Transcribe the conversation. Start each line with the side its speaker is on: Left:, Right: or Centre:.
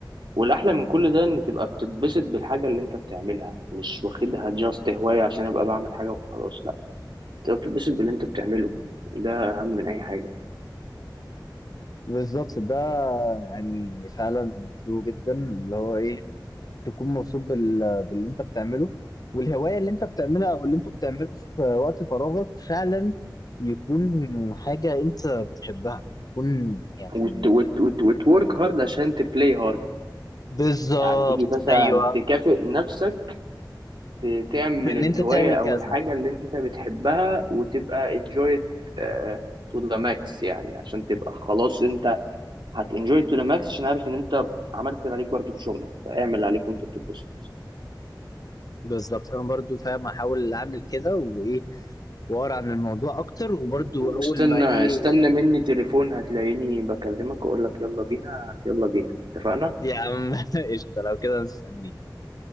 Right: والاحلى من كل ده ان تبقى بتتبسط بالحاجه اللي انت بتعملها مش واخدها جاست هوايه عشان ابقى بعمل حاجه وخلاص لا تبقى بتتبسط باللي انت بتعمله ده اهم من اي حاجه
Left: بالظبط ده يعني فعلا ترو جدا اللي هو ايه تكون مبسوط بال... باللي انت بتعمله والهوايه اللي انت بتعملها او اللي انت بتعمله في وقت فراغك فعلا يكون حاجه انت بتحبها يكون يعني
Right: وت وت وت وتورك هارد عشان تبلاي هارد
Left: بالظبط
Right: يعني تيجي مثلا
Left: ايوه
Right: تكافئ نفسك ت- تعمل
Left: ان
Right: الهوايه
Left: انت تعمل
Right: او
Left: كذا
Right: الحاجه اللي انت بتحبها وتبقى enjoy it آه، to the max يعني عشان تبقى خلاص انت هت enjoy it to the max عشان عارف ان انت عملت اللي عليك برضو في شغلك فاعمل اللي عليك وانت بتتبسط
Left: بالظبط انا برضو فاهم احاول اعمل كده وايه واقرا عن الموضوع اكتر وبرضو
Right: واستنى
Left: اول ما ايه
Right: استنى مني تليفون هتلاقيني بكلمك واقول لك يلا بينا هات يلا بينا اتفقنا
Left: يا عم <laughs> قشطه لو كده مستنيك